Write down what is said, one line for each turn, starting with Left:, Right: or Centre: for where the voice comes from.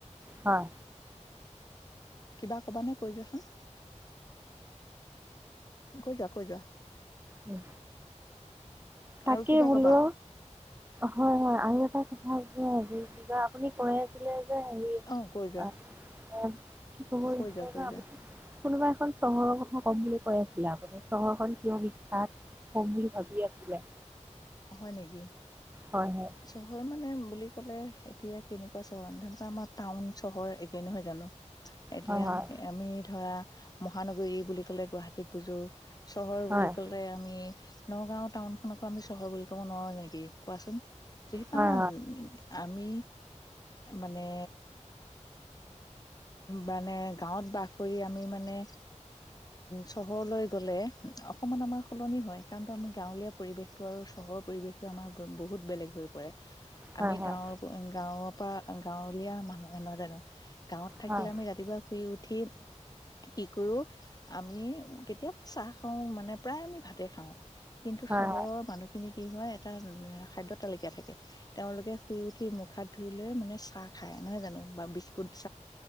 Right: হয়।
Left: কিবা ক'বা নে কৈ যোৱাচোন? কৈ‌ যোৱা, কৈ‌ যোৱা।
Right: উম। তাকেই
Left: আৰু কিবা
Right: বোলো
Left: কবা
Right: হয়, হয় আৰু এটা কথা <unintelligible> <unintelligible> আপুনি কৈ আছিলে <unintelligible>
Left: অ কৈ যোৱা কৈ যোৱা কৈ যোৱা
Right: কোনোবা এখন চহৰৰ কথা কম বুলি কৈ আছিলে আপুনি, চহৰখন কিয় বিখ্যাত? কম বুলি ভাবি আছিলে।
Left: হয় নেকি?
Right: হয় হয়
Left: চহৰ মানে বুলি ক'লে এতিয়া কেনেকুৱা চহৰ? আমাৰ টাউন, চহৰ একে নহয় জানো? এতিয়া
Right: হয়
Left: আমি ধৰা মহানগৰী বুলি ক'লে গুৱাহাটীক বুজো। চহৰ
Right: হয়
Left: বুলি ক'লে আমি নগাঁও টাউন খনকো আমি হৰ বুলি ক'ব নোৱাৰো নেকি কোৱাচোন? যিহেতু
Right: হয়
Left: আমাৰ আমি মানে মানে গাঁৱত বাস কৰি আমি মানে চহৰলৈ গ'লে অকমান আমাৰ সলনি হয়, কাৰণতো আমি গাঁৱলীয়া পৰিৱেশটো আৰু চহৰৰ পৰিৱেশতো আমাৰ বহুত বেলেগ হৈ পৰে। আমি
Right: হয় হয়
Left: গাঁৱৰ, গাঁওৰ পা গাঁৱলীয়া মানুহে নহয় জানো? গাঁৱত থাকিলে
Right: হয়
Left: আমি ৰাতিপুৱা শুই উঠি কি কৰো? আমি কেতিয়াবা চাহ খাওঁ মানে প্ৰায় আমি ভাতে খাওঁ। কিন্তু
Right: হয়
Left: চহৰৰ মানুহখিনি কি হয় এটা খাদ্যতালিকা থাকে, তেওঁলোকে শুই উঠি মুখ, হাত ধুই লৈ মানে চাহ খাই নহয় জানো? বা বিস্কুট